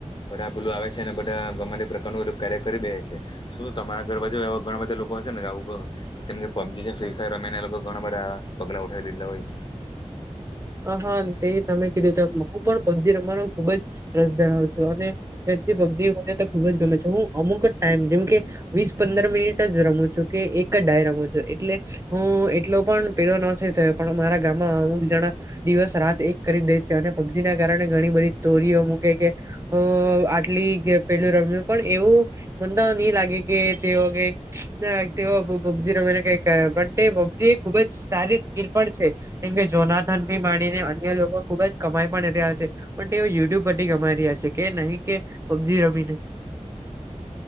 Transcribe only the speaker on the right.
હ હા, તે તમે કીધું ત હું, પણ પબજી રમવાનો ખુબ જ રસ ધરાવ છું, અને પબજી મને ખુબજ ગમે છે, હું અમુક જ ટાઈમ જેમ કે વીસ પંદર મિનિટ જ રમું છું, કે એક જ ડાયરમો છો, એટલે હું, એટલો પણ પેલો નથી, થયો પણ મારા ગામમાં અમુક જણા દિવસ રાત એક કરી દે છે, અને પબજીને કારણે ઘણી બધી સ્ટોરીઓ મૂકે કે આટલી પેલું રમ પણ એવું મ નહી, લાગે કે તેઓ કે તે પબજી રમીને પજી એ ખુબજ સારી સ્ પણ છે, કેમ કે જોના થી માડીને અન્ય લોકો ખુબજ કમાઈ, પણ રહ્યા છે, પણ તેઓ યુટ્યુબ પરથી કમાઈ રહ્યા છે, કે નહીં કે પબજી રમિને